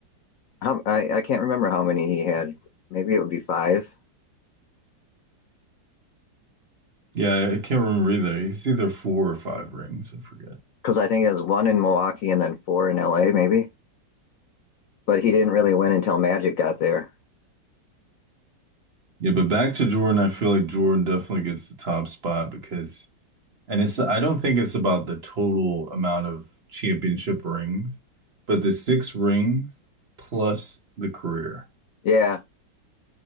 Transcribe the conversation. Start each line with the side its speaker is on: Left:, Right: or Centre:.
Left: How, I, I can't remember how many he had. Maybe it would be five,
Right: Yeah, I can't remember either. It's either four or five rings. I forget.
Left: because I think it was one in Milwaukee and then four in LA, maybe. But he didn't really win until Magic got there.
Right: Yeah, but back to Jordan, I feel like Jordan definitely gets the top spot because, and it's, I don't think it's about the total amount of championship rings, but the six rings plus the career.
Left: Yeah,